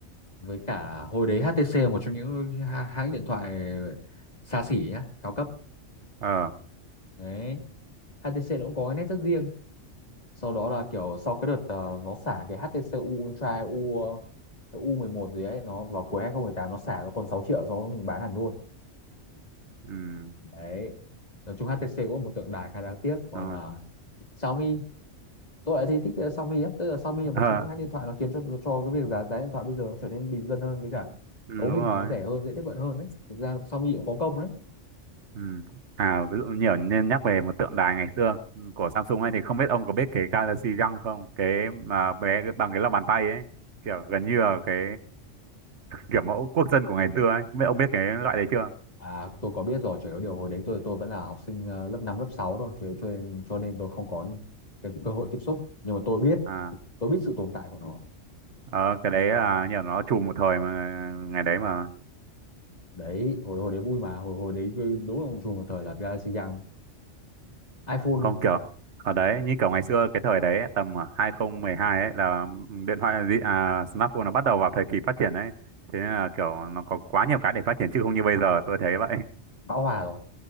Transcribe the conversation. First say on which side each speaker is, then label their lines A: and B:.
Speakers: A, on the left (about 35°); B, on the right (about 70°).
A: với cả hồi đấy HTC là một trong những hã- hãng điện thoại xa xỉ nhá cao cấp
B: ờ
A: đấy HTC nó cũng có cái nét rất riêng sau đó là kiểu sau cái đợt ờ, nó xả cái HTC U Ultra U ờ, U11 gì ấy nó vào cuối 2018 nó xả nó còn sáu triệu sau đó mình bán hẳn luôn
B: ừ
A: đấy nói chung HTC cũng là một tượng đài khá đáng tiếc còn
B: ờ
A: ờ, Xiaomi tôi lại thấy thích ờ, Xiaomi á tức là Xiaomi là một
B: ờ,
A: trong những hãng điện thoại nó khiến cho cho cái việc giá giá điện thoại bây giờ nó trở nên bình dân hơn với cả
B: ừ,
A: cấu
B: đúng
A: hình
B: rồi
A: nó rẻ hơn dễ tiếp cận hơn đấy thực ra Xiaomi cũng có công đấy
B: ừ. à ví dụ nhiều nên nhắc về một tượng đài ngày xưa của Samsung ấy thì không biết ông có biết cái Galaxy Young không cái mà bé bằng cái lòng bàn tay ấy kiểu gần như là cái kiểu mẫu quốc dân của ngày xưa ấy không biết ông biết cái loại đấy chưa
A: à tôi có biết rồi chỉ có điều hồi đấy tôi tôi vẫn là học sinh ờ, lớp 5 lớp 6 thôi cho, cho, nên- cho nên tôi không có những cái cơ hội tiếp xúc nhưng mà tôi biết
B: à
A: tôi biết sự tồn tại của nó
B: Ờ, cái đấy là nhờ nó trùm một thời mà ngày đấy mà
A: đấy hồi hồi đấy vui mà hồi hồi đấy tôi- đúng là một chùm một thời là Galaxy Young iPhone
B: không kiểu ở đấy như kiểu ngày xưa cái thời đấy ấy, tầm à, 2012 ấy là điện thoại gì à, smartphone nó bắt đầu vào thời kỳ phát triển đấy thế nên là kiểu nó có quá nhiều cái để phát triển chứ không như bây giờ tôi thấy vậy
A: bão hòa rồi